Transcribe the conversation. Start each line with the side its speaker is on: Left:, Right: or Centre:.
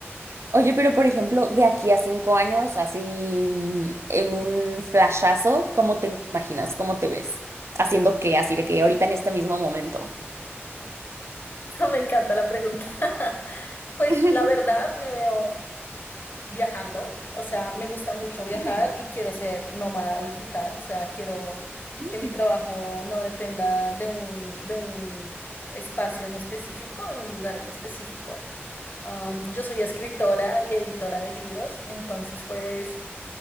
Right: Oye, pero por ejemplo, de aquí a cinco años, así mm, en un flashazo, ¿cómo te imaginas? ¿Cómo te ves? Haciendo qué, así de que ahorita en este mismo momento.
Left: Me encanta la pregunta. <laughs> Pues
Right: <laughs>
Left: la verdad, me veo. viajando, o sea, me gusta mucho
Right: Ok.
Left: viajar y quiero ser nómada digital, o sea, quiero
Right: Mm,
Left: que mi trabajo no dependa de un, de un espacio en específico, de un lugar en específico. Um, yo soy escritora y editora de libros, entonces pues